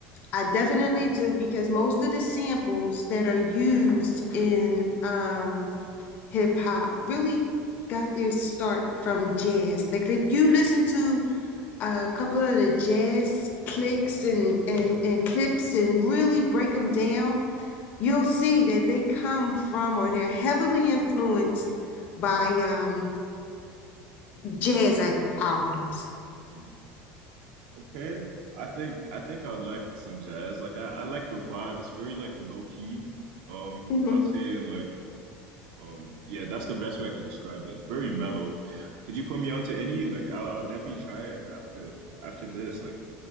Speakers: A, on the left; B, on the right.
A: I definitely do because most of the samples that are used in um hip hop really got their start from jazz. Like if you listen to a couple of the jazz clicks and and, and clips and really break them down, you'll see that they come from or they're heavily influenced by um jazz al- albums.
B: Mm, Okay. I think I think I like some jazz. Like I, I like the vibe. It's very like low key. Um,
A: Mhm.
B: I'd say and like um yeah, that's the best way I could describe it. Very mellow. Could you put me onto any? Like I'll I'll definitely try it after after this. Like